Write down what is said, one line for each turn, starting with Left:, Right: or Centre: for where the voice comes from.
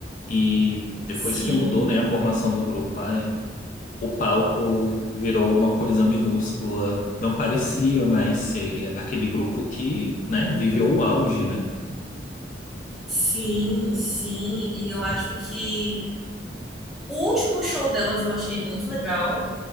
Left: e depois
Centre: Sim,
Left: que mudou, né, a formação do grupo, ai. o palco virou uma coisa minúscula, não parecia mais ser aquele grupo que, né, viveu o auge, né?
Centre: sim, sim. E eu acho que o último show delas eu achei muito legal.